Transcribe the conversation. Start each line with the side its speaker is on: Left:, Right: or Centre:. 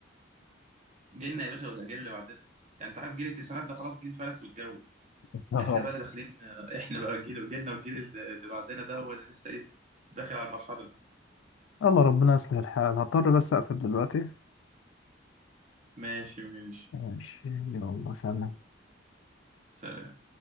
Right: جيلنا يا باشا والاجيال اللي بعدنا يعني انت عارف جيل التسعينات ده خلاص جيل فلت واتجوز
Left: <laughs> اه
Right: احنا بقى اللي داخلين آه، احنا بقى جيل جيلنا والجيل اللي اللي بعدنا ده هو اللي لسه ايه داخل على المرحله دي
Left: الله ربنا يصلح الحال هضطر بس اقفل دلوقتي
Right: ماشي ماشي
Left: ماشي يلا سلام
Right: سلام